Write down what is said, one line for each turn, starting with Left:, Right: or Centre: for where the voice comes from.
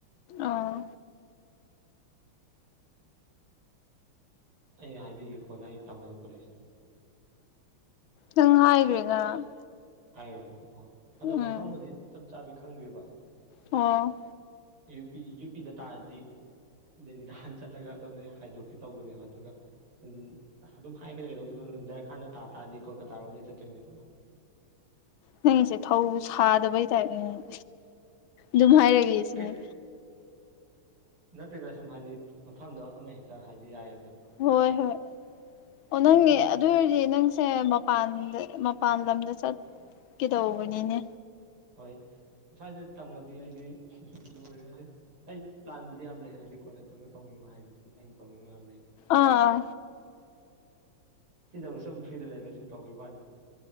Left: ꯑꯥ
Right: ꯑꯩ ꯍꯥꯏꯕꯤꯒꯦ ꯀꯣꯟꯅ ꯑꯩ ꯇꯝꯒꯗ꯭ꯕ ꯀꯣꯂꯦꯖ
Left: ꯅꯪ ꯍꯥꯏꯒ꯭ꯔꯦ ꯉꯔꯥꯡ
Right: ꯍꯥꯏꯒ꯭ꯔꯕꯣ ꯑꯣ ꯑꯗꯣ
Left: ꯎꯝ
Right: ꯃꯐꯝꯕꯨꯗꯤ ꯆꯞ ꯆꯥꯕꯤ ꯈꯪꯗ꯭ꯔꯤꯕ ꯎꯝ
Left: ꯑꯣ
Right: ꯌꯨ ꯄꯤ ꯌꯨ ꯄꯤꯗ ꯇꯥꯔꯗꯤ ꯗꯦꯜꯂꯤꯗ ꯍꯥꯟꯅ ꯆꯠꯂꯒ ꯑꯗꯣꯝꯗꯩ ꯍꯥꯏꯗꯣꯛꯀꯦ ꯇꯧꯕꯅꯦꯕ ꯑꯗꯨꯒ ꯎꯝ ꯑꯗꯨꯝ ꯍꯥꯏꯒꯦꯗ ꯀꯩꯗꯧ ꯎꯝ ꯖ꯭ꯔꯈꯥꯟꯗ ꯇꯥ ꯇꯥꯔꯗꯤ ꯀꯣꯜꯀꯇꯥꯔꯣꯝꯗꯩ ꯆꯠꯇꯣꯏꯅꯦꯕ
Left: ꯅꯪꯁꯦ ꯊꯧ ꯁꯥꯗꯕꯩ ꯇꯥꯏꯞꯅꯤꯅꯦ ꯗꯨꯝ ꯍꯥꯏꯔꯒꯦ ꯁꯤꯅꯦ
Right: ꯀꯩ ꯅꯠꯇꯦꯗ ꯁꯨꯝ ꯍꯥꯏꯗꯤ ꯃꯐꯝꯗꯣ ꯑꯃꯍꯦꯛꯇ ꯍꯥꯏꯗꯤ ꯌꯥꯏꯑꯦ
Left: ꯍꯣꯏ ꯍꯣꯏ ꯑꯣ ꯅꯪꯒꯤ
Right: ꯑꯗꯣ
Left: ꯑꯗꯨꯏ ꯑꯣꯏꯔꯗꯤ ꯅꯪꯁꯦ ꯃꯄꯥꯟꯗ ꯃꯄꯥꯟ ꯂꯝꯗ ꯆꯠꯀꯦꯗꯧꯕꯅꯤꯅꯦ
Right: ꯍꯣꯏ ꯑꯁ꯭ꯋꯥꯏꯗ ꯇꯝꯃꯗꯤ ꯑꯩꯗꯤ ꯂꯣꯏꯔꯦ ꯍꯩ ꯑꯩ ꯄ꯭ꯂꯥꯟꯕꯨꯗꯤ ꯌꯥꯝ ꯂꯩ ꯍꯥꯏꯗꯤ ꯀꯣꯟꯅ ꯇꯨꯡꯗ ꯇꯧꯅꯤꯡꯕ ꯍꯥꯏꯗꯤ ꯁꯨꯝ ꯑꯩꯅ ꯇꯧꯅꯤꯡꯕ ꯌꯥꯝ ꯂꯩ
Left: ꯑꯥ
Right: ꯁꯤꯗꯕꯨ ꯁꯨꯝ ꯐ꯭ꯔꯤꯗ ꯂꯩꯕ ꯁꯨꯝ ꯇꯧꯕꯤꯕ꯭ꯋꯥꯅꯤ